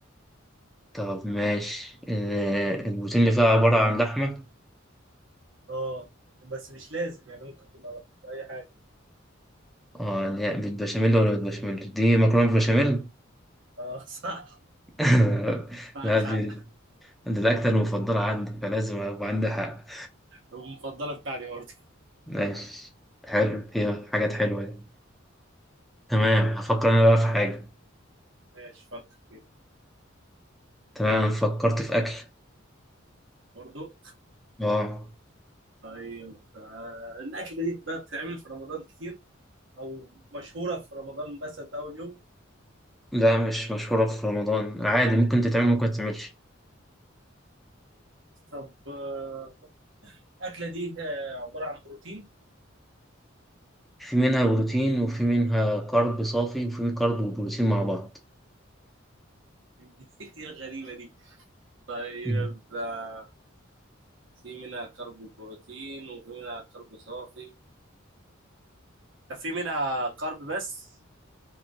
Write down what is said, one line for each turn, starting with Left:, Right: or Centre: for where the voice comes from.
Centre: طب ماشي آه، البروتين اللي فيها عبارة عن لحمة؟
Right: أه بس مش لازم يعني ممكن تبقى في أي حاجة
Centre: اه اللي هي بالبشاميل ولا بالبشاميل دي مكرونة بالبشاميل؟
Right: أه <laughs> صح
Centre: <laughs>
Right: معك
Centre: لا دي
Right: حق
Centre: دي الأكلة المفضلة عندي فلازم أبقى عندي حق
Right: المفضلة بتاعتي برضه
Centre: ماشي حلو فيها حاجات حلوة دي تمام هفكر أنا بقى في حاجة
Right: ماشي فكر كده
Centre: تمام أنا فكرت في أكل
Right: برضه
Centre: آه
Right: طيب آه، الأكلة دي بقى بتتعمل في رمضان كتير أو مشهورة في رمضان مثلا في أول يوم
Centre: لا مش مشهورة في رمضان عادي ممكن تتعمل ممكن متتعملش
Right: طب آه، الاكله دي آه، عباره عن بروتين
Centre: في منها بروتين وفي منها كارب صافي وفي كارب وبروتين مع بعض
Right: <laughs> دي الغريبه دي طيب
Centre: مم.
Right: آه، في منها كرب بروتين وفي منها كرب صافي طب في منها كرب بس